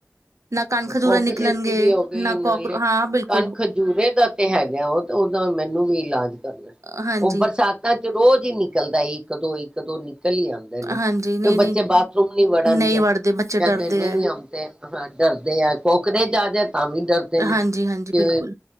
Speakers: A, on the right (about 70°); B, on the right (about 15°).
A: ਨਾ ਕੰਨ ਖਜੂਰੇ
B: ਕੋਕਰੇ
A: ਨਿਕਲਣਗੇ
B: ਚ ਵੀ ਹੋ ਗਏ
A: ਨਾ
B: ਨਾਲੇ,
A: ਕੋਕ ਹਾਂ ਬਿਲਕੁਲ
B: ਕੰਨ ਖਜੂਰੇ ਦਾ ਤੇ ਹੈਗਾ ਉਹ ਤੇ ਉਹਦਾ ਮੈਨੂੰ ਵੀ ਇਲਾਜ ਕਰਨਾ
A: ਹਾਂਜੀ
B: ਉਹ ਬਰਸਾਤਾਂ ਚ ਰੋਜ਼ ਹੀ ਨਿਕਲਦਾ ਇੱਕ ਦੋ, ਇੱਕ ਦੋ ਨਿਕਲ ਚਲੀ ਆਉਂਦੇ ਨੇ,
A: ਹਾਂਜੀ ਨਹੀਂ
B: ਫਿਰ ਬੱਚੇ
A: ਨਹੀਂ
B: ਬਾਥਰੂਮ ਨੀ ਵੜਨਗੇ,
A: ਨਹੀਂ ਵੜਦੇ
B: ਕਹਿੰਦੇ
A: ਬੱਚੇ ਡਰਦੇ
B: ਨਹੀਂ
A: ਹੈ
B: ਆਉਂਦੇ ਹਾਂ ਕੋਕਰੇ ਆ ਜਾਏ ਤਾਂ ਵੀ ਡਰਦੇ ਨੇ
A: ਹਾਂਜੀ, ਹਾਂਜੀ
B: ਕਿ
A: ਬਿਲਕੁਲ।